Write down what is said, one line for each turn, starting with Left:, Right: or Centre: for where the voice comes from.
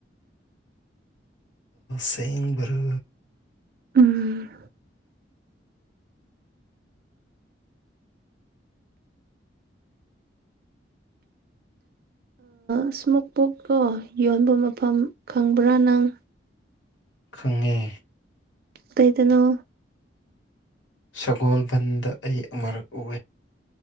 Left: ꯁꯦꯡꯚꯔ
Right: ꯎꯝ ꯏꯁꯃꯨꯣꯛ ꯕꯨꯛꯇꯣ ꯌꯣꯟꯕ ꯃꯐꯝ ꯈꯪꯕ꯭ꯔꯥ ꯅꯪ
Left: ꯈꯪꯉꯦ
Right: ꯀꯩꯗꯅꯣ
Left: ꯁꯒꯣꯜꯕꯟꯗ ꯑꯩ ꯑꯃꯔꯛ ꯎ